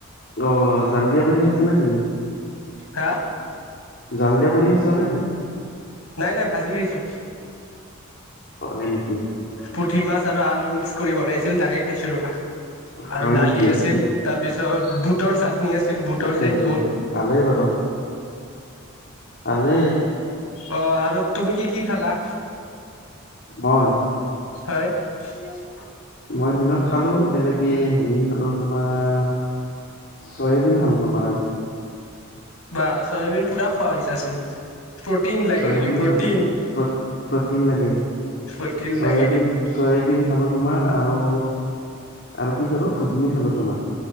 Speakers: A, on the left; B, on the left.
A: অ', জালিয়া কৰি খাইছা নেকি?
B: হা?
A: জালিয়া কৰি খাইছা নেকি?
B: নাই নাই ভাজি খাইছোঁ।
A: হয় নেকি।
B: পুঠি মাছ আৰু আলু মিক্স কৰি বনাইছিল তাকে খাইছো ৰবা, আৰু
A: হয়
B: দালি
A: নেকি?
B: আছিল। তাৰপিছত, বুটৰ চাট নি আছিল। বুটৰ
A: তাকেইটো,
B: যে বুট
A: ভালেই বাৰু। ভালেই।
B: অ', আৰু তুমি কি কি খালা?
A: মই।
B: হয়। <unintelligible>
A: মই দিনত খালো তেনেকে হেৰি খালো তোমাৰ চয়াবিন খালোঁ তোমাৰ আজি।
B: বাহ চয়াবিন পুৰা খোৱা হৈছা চুন প্ৰটিন লাগে
A: চয়াবিন
B: নেকি প্ৰটিন?
A: খা প্ৰ- প্ৰটিন লাগে,
B: প্ৰটিন
A: চয়াবিন
B: লাগে
A: চয়াবিন খালো তোমাৰ আৰু, আৰু কি খালো, ঘুগনি খালো তোমাৰ।